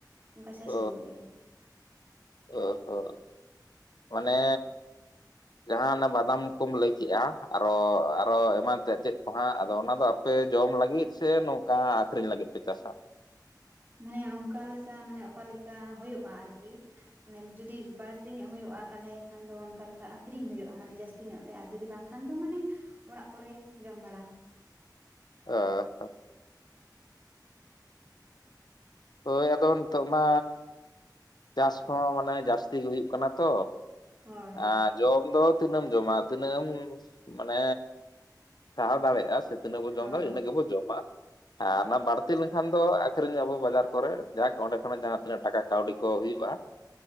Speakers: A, on the right; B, on the left.
A: ᱚᱱᱠᱟ ᱪᱟᱥ
B: ᱚ
A: ᱦᱳᱭᱳᱜ ᱜᱮᱭᱟ᱾
B: ᱚ ᱦᱚ ᱢᱟᱱᱮ ᱡᱟᱦᱟ ᱚᱱᱟ ᱵᱟᱫᱟᱢ ᱠᱚᱢ ᱞᱟᱹᱭ ᱠᱮᱫᱼᱟ, ᱟᱨᱚ ᱟᱨᱚ ᱮᱢᱟᱱ ᱛᱮ ᱪᱮᱫ ᱫᱚ ᱦᱟᱸᱜ ᱟᱫᱚ ᱚᱱᱟ ᱫᱚ ᱟᱯᱮ ᱡᱚᱢ ᱞᱟᱹᱜᱤᱫ ᱥᱮ ᱱᱚᱝᱠᱟ ᱟᱠᱷᱨᱤᱧ ᱞᱟᱹᱜᱤᱫ ᱯᱮ ᱪᱟᱥᱟ?
A: ᱢᱟᱱᱮ ᱚᱱᱠᱟ ᱞᱮᱠᱟ ᱢᱟᱱᱮ ᱚᱠᱟᱞᱮᱠᱟ ᱦᱳᱭᱳᱜᱼᱟ ᱟᱨᱠᱤ᱾ ᱢᱟᱱᱮ ᱡᱩᱫᱤ ᱵᱟᱹᱲᱛᱤ ᱧᱚᱜ ᱦᱳᱭᱳᱜᱼᱟ ᱛᱟᱦᱚᱞᱮ ᱠᱷᱟᱱ ᱫᱚ ᱚᱱᱠᱟ ᱞᱮᱠᱟ ᱟᱠᱷᱨᱤᱧ ᱦᱳᱭᱳᱜᱼᱟ ᱢᱟᱱᱮ ᱡᱟᱹᱥ ᱛᱤ ᱧᱚᱜ ᱛᱮ ᱟᱨ ᱡᱩᱫᱤ ᱵᱟᱝ ᱠᱷᱟᱱ ᱫᱚ ᱢᱟᱱᱮ ᱚᱲᱟᱜ ᱠᱚᱨᱮ ᱡᱚᱢ ᱵᱟᱲᱟ᱾
B: ᱟᱻ ᱦᱳᱭ ᱟᱫᱚ ᱱᱤᱛᱚᱜ ᱢᱟ ᱪᱟᱥ ᱠᱚᱦᱚᱸ ᱢᱟᱱᱮ ᱡᱟᱹᱥᱛᱤ ᱜᱮ ᱦᱩᱭᱩᱜ ᱠᱟᱱᱟ ᱛᱚ᱾
A: ᱦᱳᱭ
B: ᱦᱮᱸ ᱡᱚᱢ ᱫᱚ ᱛᱤᱱᱟᱹᱢ ᱡᱚᱢᱟ ᱛᱤᱱᱟᱹᱢ ᱢᱟᱱᱮ ᱥᱟᱦᱟᱣ ᱫᱟᱲᱮᱭᱟᱜᱼᱟ ᱥᱮ ᱛᱤᱱᱟᱹᱜ ᱵᱚᱱ ᱡᱚᱢ
A: ᱦᱳᱭ
B: ᱫᱟ ᱤᱱᱟᱹᱜ ᱜᱮᱵᱚ ᱡᱚᱢᱟ᱾ ᱟᱨ ᱚᱱᱟ ᱵᱟᱹᱲᱛᱤ ᱞᱮ ᱮᱱᱠᱷᱟᱱ ᱫᱚ ᱟᱹᱠᱷᱨᱤᱧ ᱟᱵᱚ ᱵᱟᱡᱟᱨ ᱠᱚᱨᱮ ᱡᱟᱠ ᱚᱸᱰᱮ ᱠᱷᱚᱱᱟᱜ ᱡᱟᱦᱟᱸ ᱛᱤᱱᱟᱹᱜ ᱴᱟᱠᱟ ᱠᱟᱹᱣᱰᱤ ᱠᱚ ᱦᱩᱭᱩᱜᱼᱟ᱾